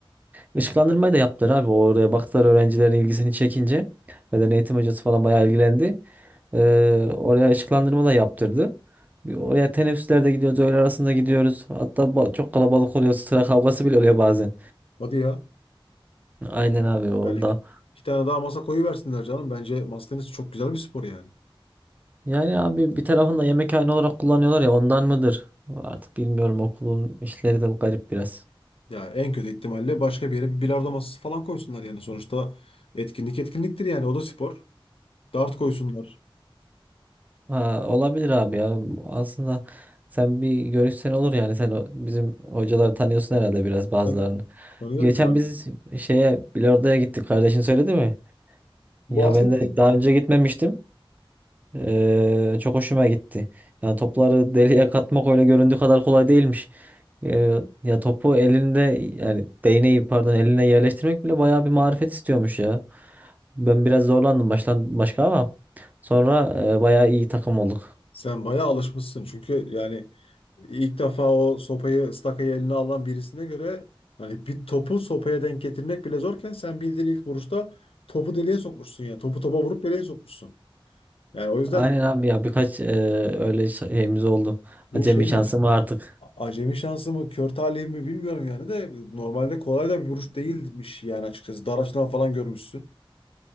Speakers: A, on the right; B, on the left.
A: Işıklandırmayı da yaptılar abi. Oraya baktılar öğrencilerin ilgisini çekince. Beden eğitim hocası falan bayağı ilgilendi. Ee, oraya ışıklandırma da yaptırdı. Bir Oraya teneffüslerde gidiyoruz, öğle arasında gidiyoruz. Hatta ba- çok kalabalık oluyor, sıra kavgası bile oluyor bazen.
B: Hadi ya.
A: Aynen abi orada.
B: Yani iki, iki tane daha masa koyuversinler canım. Bence masa tenisi çok güzel bir spor yani.
A: Yani abi bir tarafında yemekhane olarak kullanıyorlar ya ondan mıdır? Artık bilmiyorum okulun işleri de garip biraz.
B: Ya en kötü ihtimalle başka bir yere bir bilardo masası falan koysunlar yani. Sonuçta etkinlik etkinliktir yani. O da spor. Dart koysunlar.
A: Ha, olabilir abi ya. Aslında sen bir görüşsen olur yani. Sen o- bizim hocaları tanıyorsun herhalde biraz bazılarını.
B: Ben tanıyorum
A: Geçen
B: yani.
A: biz şeye bilardoya gittik. Kardeşin söyledi mi?
B: Bahsetti.
A: Ya ben de daha önce gitmemiştim. Ee, çok hoşuma gitti. Yani topları deliğe katmak öyle göründüğü kadar kolay değilmiş. Ee, ya topu elinde yani değneği pardon eline yerleştirmek bile bayağı bir marifet istiyormuş ya. Ben biraz zorlandım başlan başka ama sonra e, bayağı iyi takım olduk.
B: Sen bayağı alışmışsın. Çünkü yani ilk defa o sopayı, stakayı eline alan birisine göre hani bir topu sopaya denk getirmek bile zorken sen bildiğin ilk vuruşta topu deliğe sokmuşsun ya. Topu topa vurup deliğe sokmuşsun. Yani o yüzden
A: Aynen abi ya birkaç e, öyle şeyimiz oldu.
B: bu
A: Acemi
B: şey mi
A: şansım
B: acaba?
A: var artık.
B: Acemi şansı mı, kör talih mi bilmiyorum yani de normalde kolay da bir vuruş değilmiş yani açıkçası. Dar açıdan falan görmüşsün.